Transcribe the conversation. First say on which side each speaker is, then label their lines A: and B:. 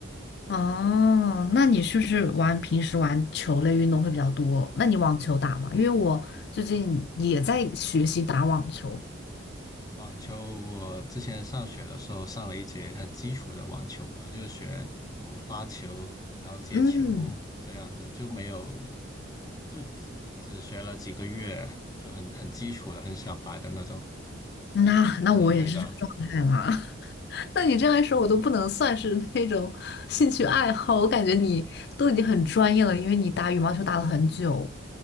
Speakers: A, on the left; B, on the left.
A: 哦，那你是不是玩平时玩球类运动会比较多？那你网球打吗？因为我最近也在学习打网球。
B: 网球，我之前上学的时候上了一节很基础的网球课，就是学怎么发球，然后接球这样子，
A: 嗯，
B: 就没有，就只只学了几个月，就很很基础的、很小白的那种，
A: 那那我也是这个状态啦。
B: 不是很会的。
A: <laughs> 那你这样一说，我都不能算是那种兴趣爱好，我感觉你都已经很专业了，因为你打羽毛球打了很久。